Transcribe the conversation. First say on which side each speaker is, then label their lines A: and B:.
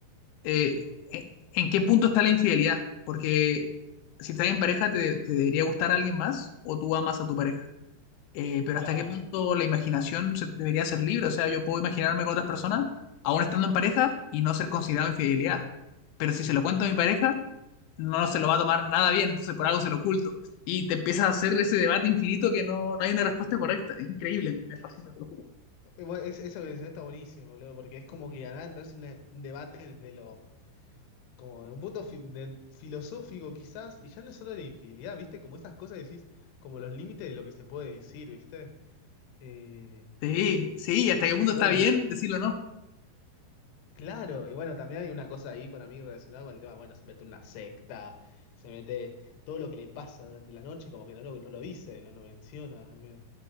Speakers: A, on the left; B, on the left.
A: eh, en en qué punto está la infidelidad. Porque si estás en pareja, te, te debería gustar a alguien más o tú amas a tu pareja. Eh, pero
B: Claro.
A: hasta qué punto la imaginación se- debería ser libre. O sea, yo puedo imaginarme con otras personas, aún estando en pareja, y no ser considerado infidelidad. Pero si se lo cuento a mi pareja, no se lo va a tomar nada bien, entonces por algo se lo oculto. Y te empiezas a hacer ese debate infinito que no, no hay una respuesta correcta. Es increíble, me fascina, te lo juro.
B: Eh, bueno, es- eso que decís está buenísimo, boludo, porque es como que ganar, entras en un un debate desde lo, como de un punto fi- de- filosófico quizás, y ya no es solo de la infidelidad, ¿viste? Como estas cosas que decís, como los límites de lo que se puede decir, ¿viste? Eh,
A: Sí, sí, ¿y hasta qué punto
B: bueno,
A: está bien
B: el,
A: decirlo o no.
B: Claro, y bueno, también hay una cosa ahí para mí relacionada con el tema, bueno, se mete en una secta, se mete todo lo que le pasa durante la noche, como que no lo, no lo dice, no lo menciona también.